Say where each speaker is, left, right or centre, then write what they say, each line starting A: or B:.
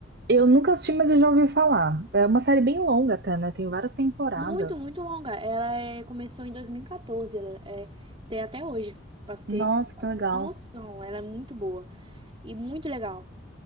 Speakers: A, on the right; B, on the right.
A: Eu nunca assisti, mas eu já ouvi falar. É uma série bem longa até, né? Tem várias temporadas.
B: Muito, muito longa. Ela é- começou em 2014, ela é, tem até hoje, pra você ter,
A: Nossa,
B: pra
A: que
B: você
A: legal.
B: ter uma noção. Ela é muito boa e muito legal.